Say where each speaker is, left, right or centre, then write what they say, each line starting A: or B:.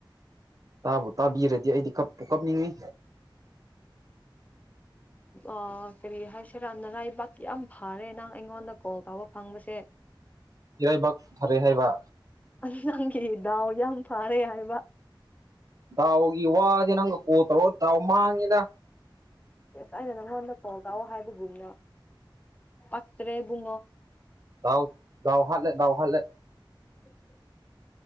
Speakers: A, on the right (about 45°); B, on the left (about 20°).
A: ꯇꯥꯕꯨ ꯇꯥꯕꯤꯔꯗꯤ ꯑꯩꯗꯤ ꯀꯞꯄꯨ ꯀꯞꯅꯤꯡꯉꯤ
B: ꯑ ꯀꯔꯤ ꯍꯥꯏꯁꯤꯔꯥꯅ ꯅꯔꯥꯏꯕꯥꯛ ꯌꯥꯝ ꯐꯔꯦ ꯅꯪ ꯑꯩꯉꯣꯟꯗ ꯀꯣꯜ ꯇꯧꯕ ꯐꯪꯕꯁꯦ
A: ꯏꯔꯥꯏꯕꯥꯛ ꯐꯥꯔꯦ ꯍꯥꯏꯕ
B: ꯑꯉꯥꯡꯒꯤ ꯗꯥꯎ ꯌꯥꯝ ꯐꯥꯔꯦ ꯍꯥꯏꯕ
A: ꯗꯥꯎꯒꯤ ꯋꯥꯗꯤ ꯅꯪ ꯀꯣꯜ ꯇꯧꯔꯒ ꯗꯥꯎ ꯃꯥꯥꯡꯉꯤꯗ
B: ꯑꯁ ꯑꯩꯅ ꯅꯪꯉꯣꯟꯗ ꯊꯣꯜ ꯇꯥꯎꯑꯣ ꯍꯥꯏꯕꯒꯨꯝꯅ ꯄꯛꯇ꯭ꯔꯦ ꯏꯕꯨꯡꯉꯣ
A: ꯗꯥꯎ ꯗꯥꯎ ꯍꯥꯠꯂꯦ ꯗꯥꯎ ꯍꯥꯠꯂꯦ
B: <inaudible>